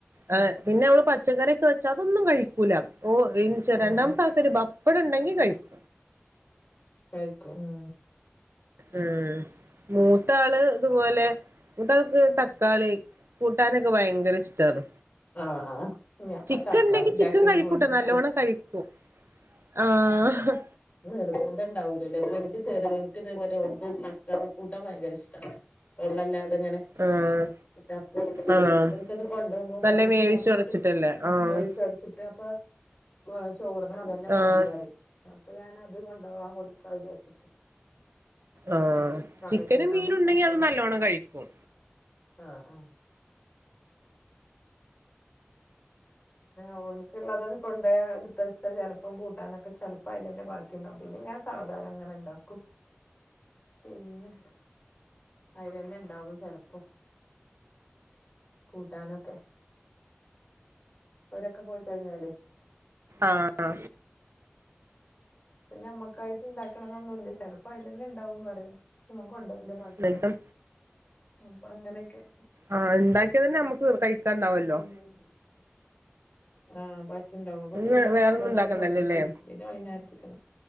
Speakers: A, on the right; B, on the left.
A: ആ പിന്നെ മ്മള് പച്ചക്കറിക്കെവെച്ച അതൊന്നും കഴിക്കൂല ഓ രണ്ടാമത്തെ
B: ആഹ്
A: ആൾക്ക് - ഒര് പപ്പടം ഉണ്ടെങ്കി കഴിക്കും
B: കയിക്കും ഉം
A: ഉം മൂത്ത ആള് ഇത്പോലെ മൂ ത്താൾക്ക് തക്കാളി കൂട്ടാനൊക്കെ ഭയങ്കര ഇഷ്ട്ടാണ്
B: ആഹ് ആഹ് ഞാൻപ്പ
A: ചിക്കൻ
B: തക്കാളി
A: ണ്ടെങ്കി
B: ഉണ്ടാക്കിക്കൊണ്ടിരിക്ക
A: ചിക്കൻ കഴിക്കൂട്ട നല്ലോണ്ണം കഴിക്കും ആഹ് ഹ
B: നിർബന്ധണ്ടാവൂല്ലല്ലേ അപ്പൊ എനിക്ക് ചെറിയൊന്ക്ക് ഇതുപോലെക്ക്ച്ചക്കാ കൂട്ടാൻ ഭയങ്കര ഇഷ്ട്ട വെള്ളല്ലാതങ്ങനെട
A: ആഹ്
B: അപ്പ
A: ആഹ്
B: എനിക്കത് കൊണ്ട് പോകുമ്പൊ
A: നല്ല
B: വെറും ചോറിന
A: വേവിച്ചുടച്ചിട്ടല്ലേ
B: <unintelligible>
A: ആഹ് ആഹ്
B: അപ്പൊഞാനത് കൊണ്ടാവാൻ കൊടുക്കാ വിചാരിച്ചിട്ടെ
A: ആഹ
B: തള്ളിക്കൂട്ടാനും
A: ചിക്കനും മീൻ ഉണ്ടെങ്കി
B: പപ്പടം
A: അത് നല്ലോണ്ണം കഴിക്കും
B: ആഹ് ആഹ് ഓഹ് എനക്ക്ള്ളത് കൊണ്ടോവ എടുതെ ച്ച ചെലപ്പം കൂട്ടാനൊക്കെ ചെ ലപ്പോ അതില തന്നെ ബാക്കിണ്ടാവും പിന്നെ ഞാൻ സാവധാനം അങ്ങനെ ഉണ്ടാക്കും പിന്നെ അയിലന്നെണ്ടാവും ചെ ലപ്പൊ കൂട്ടാനൊക്കെ ഓരൊക്കെ പോയിക്കഴിഞ്ഞാലേ
A: ആഹ് ആഹ്
B: പിന്നെമ്മക്കായിട്ട് ഉണ്ടാക്കണം എന്നൊന്നുല്ല ഇ ചെലപ്പൊ അതിൽ തന്നെ ഉണ്ടാവും പറ നിങ്ങക്ക്ണ്ടോന്റെ ബാക്കിണ്ടകും
A: എന്നിട്ടും
B: അപ്പൊ അങ്ങനെയൊക്കെ
A: ആഹഹ് ഉണ്ടാക്കിയാതന്നെ നമുക്ക് കഴിക്കാണ്ടാവല്ലോ
B: ഉം ആഹ ബാക്കിണ്ടാവും അപ്പൊ
A: ഇന്ന്
B: പിന്നെ അങ്ങനെ
A: വേറൊന്നും
B: അതുകൊണ്ട്ങ്ങനെ
A: ഉണ്ടാക്കണ്ടല്ലോല്ലേ
B: ഒപ്പിച്ചിരിക്കും പിന്നെ വൈകുന്നേരത്ത്